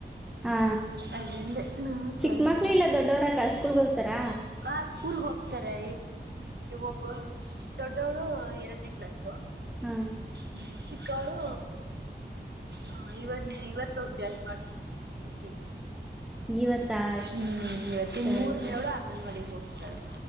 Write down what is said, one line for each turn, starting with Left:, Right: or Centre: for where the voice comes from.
Centre: ಹಾ
Right: ಅದ್ರಿಂದ ನಾವು
Centre: ಚಿಕ್ಕ
Right: ಜಾಯಿಂಟ್
Centre: ಮಕ್ಳು
Right: ಫ್ಯಾಮಿಲಿ
Centre: ಇಲ್ಲ ದೊಡ್ಡವರಾಕ್ಕ ಸ್ಕೂಲ್ಗೆ ಹೋಗ್ತಾರ
Right: ಆ ಸ್ಕೂಲ್ಗೆ ಹೋಗ್ತಾರೆ ಒಬ್ಬ ದೊಡ್ಡವಳು ಎರಡನೇ ಕ್ಲಾಸು
Centre: ಹಾ
Right: ಹ್ಮ ಚಿಕ್ಕಳು ಹ ಇವನ್ನೇ ಇವತ್ತೋಗ ಜಾಯಿನ್ ಮಾಡ್ಸಿದ್ವಿ ಯು ಕೆ ಜಿಗೆ
Centre: ಇವತ್ತಾ
Right: ಹ್ಮ್ ಇವತ್ತ ಇನ್
Centre: ಸರಿ
Right: ಮೂರ್ನೇಳಳು
Centre: ಅಕ್ಕ
Right: ಅಂಗನವಾಡಿಗೆ ಹೋಗ್ತಾಳೆ